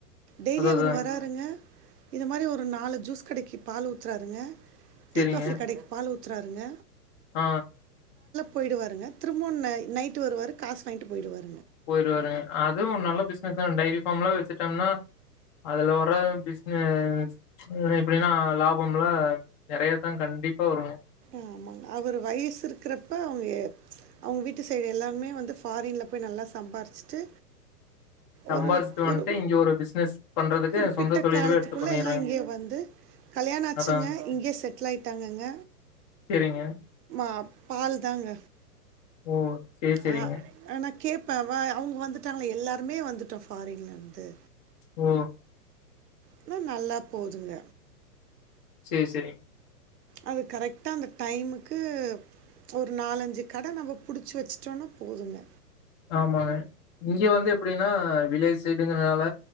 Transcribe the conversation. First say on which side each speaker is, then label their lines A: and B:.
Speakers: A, on the right (about 80°); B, on the left (about 30°).
A: டெய்லி
B: அதா
A: அவரு
B: அதா
A: வராருங்க இத மாரி ஒரு நாலு ஜூஸ் கடைக்கு பால் ஊத்துறாருங்க
B: சேரிங்க
A: டீ காஃபி கடைக்கு பால் ஊத் த்றாருங்க
B: ஆ
A: போயிடுவாருங்க திரும்பவு ந நைட்டு வருவாரு காசு வாங்கிட்டு போயிடுவாரு
B: போயிருவாருங்க அதுவு நல்ல பிசினஸ் தா டைரி இப்பம்லா வச்சுட்டோம்னா அதுல வர பிஸ்னஸ் எப்டின்னா லாபம்ல நெறையா தா கண்டிப்பா வருங்க
A: ஆமாங்க அவரு வயசு இருக்கிறப்ப அவங்க அவங்க வீட்டு சைடு எல்லாருமே வந்து ஃபாரின்ல போய் நல்லா சம்பாரிச்சுட்டு
B: சம்பாரிச்சுட்டு
A: ஒரு
B: வந்ட்டு
A: ஒரு
B: இங்க ஒரு பிசினஸ் பண்றதுக்கு
A: குறிப்பிட்ட
B: சொந்த தொழிலவே
A: காலத்துக்குள்ள
B: எடுத்து பண்ணிறேங்க
A: எல்லா இங்கேயே வந்து கல்யாண ஆச்சுங்க
B: அதா
A: இங்கயே செட்டில் ஆயிட்டாங்கங்க
B: சேரிங்க
A: அப் பால் தாங்க
B: ஓ சேரி சேரிங்க
A: ஆ ஆனா கேப் இப்ப வ அவங்க வந்துட்டாங்க எல்லாருமே வந்துட்டோ ஃபாரின்ல இருந்து
B: ஓ
A: ஆனா நல்லா போதுங்க
B: சேரி செரிங்
A: அது கரெக்டா அந்த டைமுக்கு ஒரு நாலஞ்சு கட நம்ம புடிச்சு வச்சுட்டோம்னா போதுங்க
B: ஆமாங்க இங்க வந்து எப்டின்னா வில்லேஜ் சைட் அப்டிங்கறனால